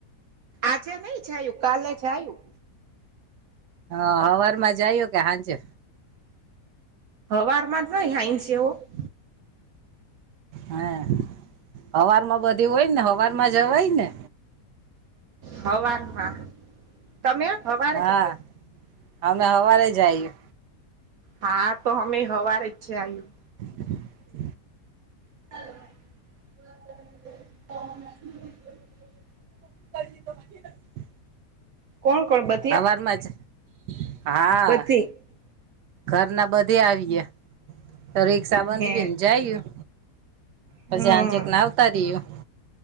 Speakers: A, on the right; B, on the right.
A: આજે નઈ જયું કાલે જયું.
B: હ હવારમાં જાયું કે હાંજે.
A: હવારમાં જ હો. <unintelligible>
B: હા હવારમાં બધી હોય ને હવાર માં જવાય ને.
A: હવાર <unintelligible> તમે હવારે
B: હા
A: જાલ્યો.
B: અમે હવારે જઈએ.
A: હા તો અમે હવારે જ છે, <unintelligible>
B: <inaudible>
A: <unintelligible>
B: <unintelligible>
A: કોણ કોણ બ
B: <unintelligible> જ હા
A: બધી
B: ઘરના બધે આવીય તો <unintelligible>
A: હે હે
B: જાયું પછી
A: હમ
B: આનચેકને આવતા રહ્યું